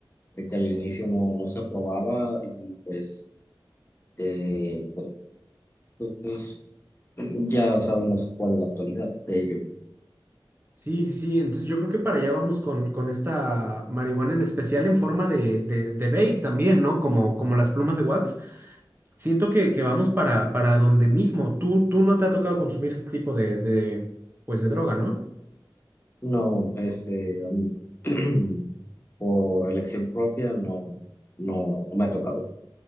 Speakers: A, on the left (about 30°); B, on the right (about 25°).
A: de que al inicio no, no se aprobaba y pues, eh, pues, pues, ya sabemos cuál es la actualidad de ello.
B: Sí, sí, sí. Entonces yo creo que para allá vamos con, con esta marihuana en especial en forma de, de, de vape también, ¿no? Como, como las plumas de wax. Siento que, que vamos para, para donde mismo. Tú, tú no te ha tocado consumir este tipo de, de, pues de droga, ¿no?
A: No, este, a mí- <clears throat> por elección propia no, no, no me ha tocado.